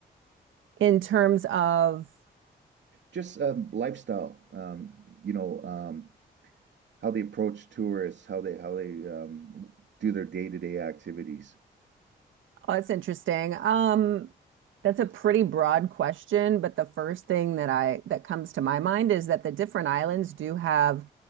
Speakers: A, on the right; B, on the right.
A: In terms of
B: Just um, lifestyle, um, you know, um, how they approach tourists, how they how they um, do their day-to-day activities.
A: Oh, that's interesting. Um, that's a pretty broad question, but the first thing that I that comes to my mind is that the different islands do have